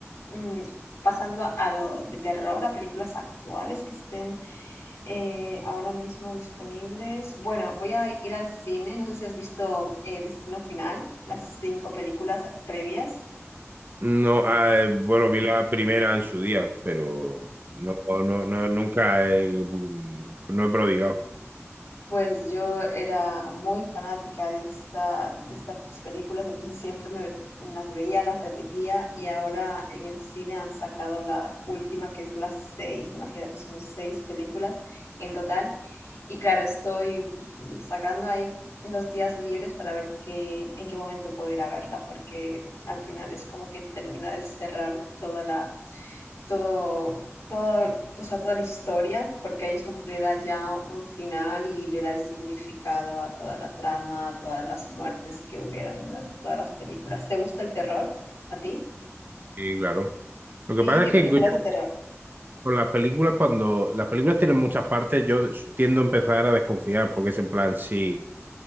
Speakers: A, on the left; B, on the right.
A: mm, pasando a lo de terror, a películas actuales que estén eh, ahora mismo disponibles. Bueno, voy a ir al cine. No sé si has visto eh, Destino Final, las cinco películas previas.
B: No, ah, eh, bueno, vi la primera en su día, pero no, no, no, nunca he, mm, no he prodigado.
A: Pues yo era muy fanática de esta, de estas películas, entonces siempre me las veía, las repetía y ahora en el cine han sacado la última que es las seis, imagínate, son seis películas en total. Y claro, estoy sacando ahí los días libres para ver qué, en qué momento puedo ir a verla, porque al final es como que termina de cerrar toda la, todo, todo, o sea, toda la historia, porque ahí es como que le da ya un final y le da el significado a toda la trama, a todas las muertes que hubieron durante todas las películas. ¿Te gusta el terror? ¿A ti?
B: Sí, claro. Lo
A: Sí,
B: que pasa
A: ¿qué
B: es que
A: películas
B: yo
A: de terror?
B: con las películas, cuando las películas tienen muchas partes, yo tiendo a empezar a desconfiar, porque es en plan, sí,